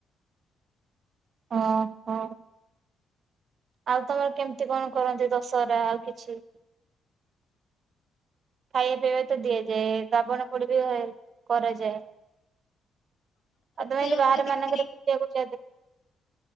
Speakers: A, on the right; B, on the left.
A: ହଁ ହଁ ଆଉ ତମର କେମିତି କଣ କରନ୍ତି ଦଶହରା ଆଉ କିଛି? ଖାଇବା ପିଇବା ତ ଦିଆଯାଏ ରାବଣ ପୋଡି ବି କରାଯାଏ। ଆ ତ
B: ସେ
A: ଏତି
B: ଯୋଉ
A: ବାହାର
B: ଯେତିକି
A: ମାନଙ୍କରେ
B: ଦିନି
A: ଖୁଚିବା